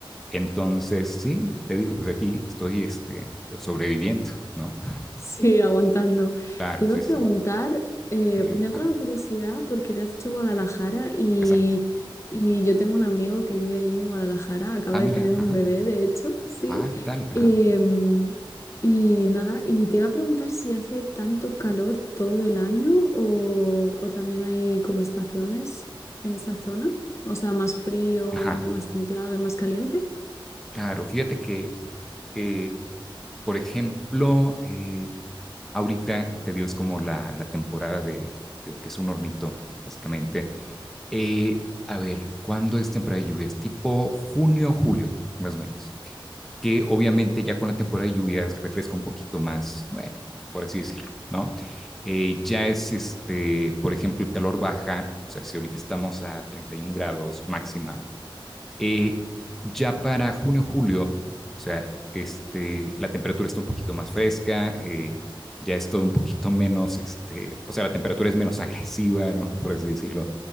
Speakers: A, in the centre; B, on the left.
A: Entonces, sí, te digo, pues aquí estoy este, sobreviviendo, ¿no?
B: Sí, aguantando.
A: Claro,
B: Te iba
A: sí,
B: a preguntar,
A: sí.
B: eh,
A: Dime,
B: me ha
A: ajá,
B: traído curiosidad porque me has dicho Guadalajara y,
A: exacto.
B: y yo tengo un amigo que vive allí en Guadalajara, acaba
A: Ah,
B: de
A: mira,
B: tener
A: ajá,
B: un bebé, de hecho, sí.
A: ah, ¿qué tal? Ajá,
B: Em, y nada, y te iba a preguntar si hace tanto calor todo el año o, o también hay como estaciones en esa zona, o sea, más frío,
A: ajá.
B: más templado y más caliente.
A: Claro, fíjate que, eh, por ejemplo, eh, ahorita te digo, es como la, la temporada de, de lo que es un hornito, básicamente. Eh, a ver, ¿cuándo es temporada de lluvias? Tipo junio, julio, más o menos. Que obviamente ya con la temporada de lluvias refresca un poquito más, bueno, por así decirlo, ¿no? Eh, ya es, este, por ejemplo, el calor baja, o sea, si ahorita estamos a 31 grados máxima eh, ya para junio, julio, o sea, este, la temperatura está un poquito más fresca, eh, ya es todo un poquito menos, este, o sea, la temperatura es menos agresiva, ¿no? <laughs> Por así decirlo.